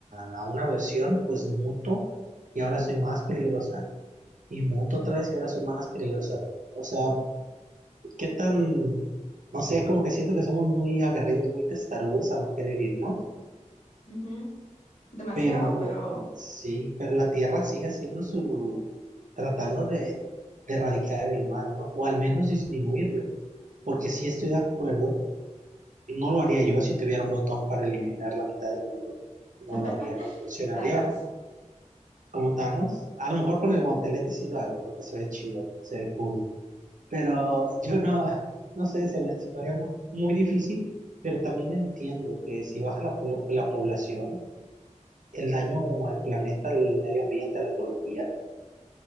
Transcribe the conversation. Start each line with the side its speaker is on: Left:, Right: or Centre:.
Right: a una versión, pues muto, y ahora soy más peligrosa. Y muto otra vez y ahora soy más peligrosa. O sea, qué tan, no sé, como que siento que somos muy agarridos, muy testarudos a no querer irnos.
Left: Ujú. Demasiado,
Right: Pero
Left: pero
Right: sí, pero la Tierra sigue haciendo su, tratando de, de erradicar el mal, ¿no? O al menos disminuirlo. Porque sí estoy de acuerdo No lo haría yo si tuviera un botón para eliminar la mitad del mundo. No
Left: <laughs>
Right: lo haría, no lo presionaría
Left: Thanos.
Right: como Thanos. A lo mejor con el guantelete sí lo hago, porque se ve chido, se ve cool. Pero <laughs> yo no, no sé, se me, se me haría mu- muy difícil, pero también entiendo que si baja la, polo- la población, el daño al planeta, al medio ambiente, a la ecología,